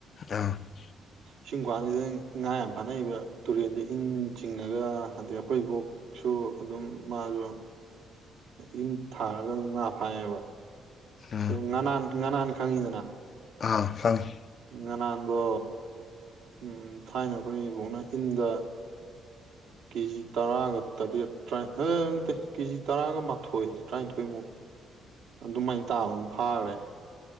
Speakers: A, on the left (about 50°); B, on the right (about 85°).
A: ꯑꯝ꯫
B: ꯁꯤꯒꯨꯝ ꯀꯥꯟꯁꯤꯗ ꯉꯥ ꯌꯥꯝ ꯐꯥꯅꯩꯑꯕ ꯇꯨꯔꯦꯟꯗ ꯏꯟ ꯆꯤꯡꯉꯒ ꯑꯗꯩ ꯑꯩꯈꯣꯏꯕꯣꯛꯁꯨ ꯑꯗꯨꯝ ꯃꯥꯁꯨ ꯏꯟ ꯊꯥꯔꯒ ꯑꯗꯨꯝ ꯉꯥ ꯐꯥꯏꯌꯦꯕ꯫
A: ꯎꯝ
B: ꯉꯅꯥꯟ ꯉꯅꯥꯟ ꯈꯪꯉꯤꯗꯅ
A: ꯑꯥ ꯈꯪꯉꯦ꯫
B: ꯉꯅꯥꯟꯗꯣ ꯎꯝ ꯊꯥꯏꯅ ꯑꯈꯣꯏ ꯏꯕꯣꯛꯅ ꯏꯟꯗ ꯀꯦꯖꯤ ꯇꯔꯥꯒ ꯇꯔꯦꯠ ꯑꯩ ꯅꯠꯇꯦ ꯀꯦꯖꯤ ꯇꯔꯥꯒ ꯃꯥꯊꯣꯏ ꯇꯔꯥꯅꯤꯊꯣꯏꯃꯨꯛ ꯑꯗꯨꯃꯥꯏꯅ ꯇꯥꯕ ꯑꯃ ꯐꯥꯒꯔꯦ꯫